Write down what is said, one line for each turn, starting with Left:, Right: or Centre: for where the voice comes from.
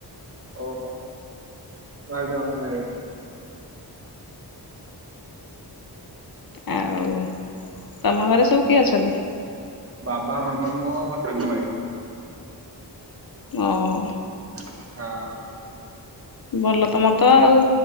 Right: ଓ ହୋ ମୁଁ ଭାବିଲି ଅନମ୍ୟାରେଡ ବୋଲି।
Left: ଆଉ ତମ ଘରେ ସବୁ କିଏ ଅଛନ୍ତି?
Right: ବାବା, ମାମା, ମୁଁ ଆଉ ମୋ ସାନ ଭାଇ।
Left: ଓଃ।
Right: ହଁ।
Left: ଭଲ ତମତ ଆଉ